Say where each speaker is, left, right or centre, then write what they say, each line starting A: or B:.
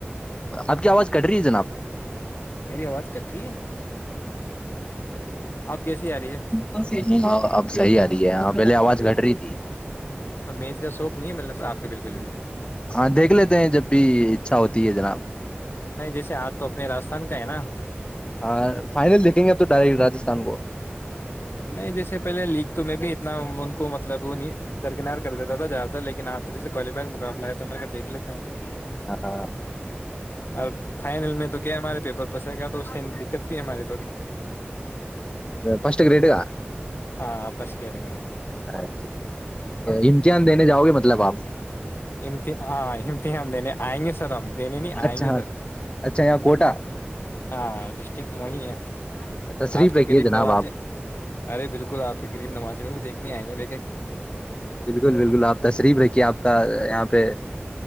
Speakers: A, on the left; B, on the left.
A: آپ کی آواز کٹ رہی ہے جناب
B: میری آواز کر رہی ہے آپ کیسی آ رہی ہے
A: اں اب صحی آ رہی ہے ہ پہلے آواز گٹ رہی تھی جی
B: ا میت کا شوق نہیں ہے مطلب آپ کے بالکل بھی
A: ہاں دیکھ لیتے ہیں جب بھی اچھا ہوتی ہے جناب
B: نہیں جیسے آج تو اپنے راجستھان کا ہے نا
A: ہاں فائنل دیکھیں گے آ تو ڈائریکٹ راستھان کو
B: نہیں جیسے پہلے لیگ تو میں بھی اتنا ان کو مطلب وہ درکنار کر دیتا تھا جیاد تھا لیکن آپ تو جیسے کوالیفائ مقابلہ ہے تو میرے دیکھ لیتے ہیں
A: ہاں
B: اور فائنل میں تو کیا ہمارے پیپر پسر گا تو کت بھی ہماری تھوڑی
A: فسٹ گریٹ گ
B: ہاں بس کیٹ کا
A: اچ امتحان دینے جاؤ گے مطلب آپ ج
B: امتحان ہاں امتحان دینے آئیں گے سر ہم دینے نہیں
A: اچھا
B: آئیں گے سر
A: اچھا یہاں کوٹا
B: ہاں ڈسٹک موئییا
A: تشریف
B: آپ کے
A: رکھیے
B: غریب
A: جناب
B: نمازے
A: آپ
B: ارے بالکل آپ کے غریب نماز میں وہ دیکھ کتنی آئی ہے دیکھیں کہ
A: بالکل بالکل آپ تصریف رکھیے آپ کا یہاں پہ